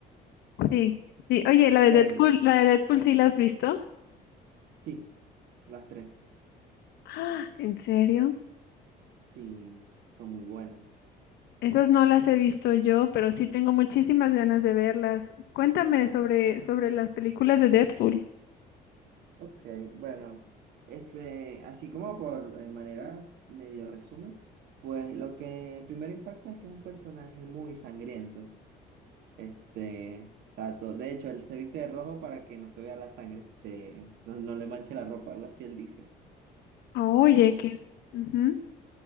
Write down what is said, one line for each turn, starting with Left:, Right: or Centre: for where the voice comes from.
Left: Sí, sí. Oye, la de
Right: Bueno,
Left: Deadpool, la de Deadpool sí la has visto.
Right: sí, las tres.
Left: Ah, ¿en serio?
Right: Sí, son muy buenas.
Left: Esas no las he visto yo, pero sí tengo muchísimas ganas de verlas. Cuéntame sobre, sobre las películas de Deadpool.
Right: Ok, bueno, este, así como por eh, manera medio resumen, pues lo que primero impacta es que es un personaje muy sangriento. Este, o sea, to- de hecho, él se viste de rojo para que no se vea la sangre, este, no, no le manche la ropa, algo así él dice.
Left: Oye,
Right: Eh,
Left: qué, Ujú.